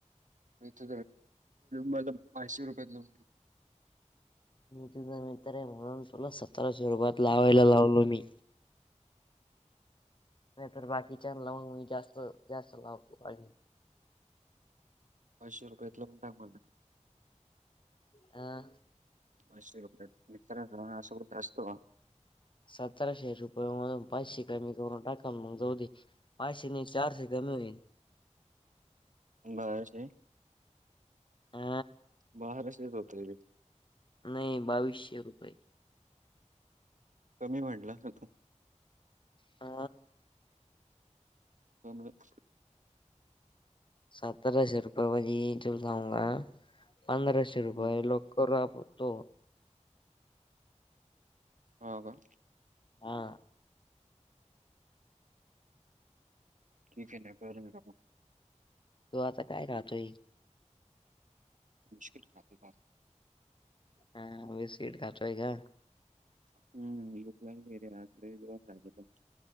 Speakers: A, on the right (about 85°); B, on the left (about 40°).
A: मथ मला माशवर <unintelligible>
B: मी तुझा मित्र आहे म्हणून तुला सतराशे रुपयाात लावायला लावलो मी. नाही तर बाकीच्याला लावून मी जास्त जास्त लावतो आणि
A: पाचशे रुपयात लावून टाक मग.
B: हह
A: मय इतर जण अ असुभूत असोवा <unintelligible>
B: सतराशे रुपये मधून पाचशे कमी करून टाका मग जाऊ दे. पाचशे आणि चारशे कमी होईल.
A: बराशे.
B: अ
A: बाराशेच होतय रे.
B: नाही बावीसशे रुपये.
A: कमी म्हडला ना तू
B: आ
A: पणच <unintelligible>
B: सतराशे रुपयेमधी तूला सांगू का पंधराशे रुपये
A: हम्म.
B: लोक करू आपण तो.
A: हो का.
B: हा
A: ठीक आहे ना बार मी बगु.
B: तू आता काय खातोय.
A: बिस्कीट खातोय पा
B: हा बिस्कीट खातोय का
A: हम् भूक लागलि रे रात्री जेवण झालं पण.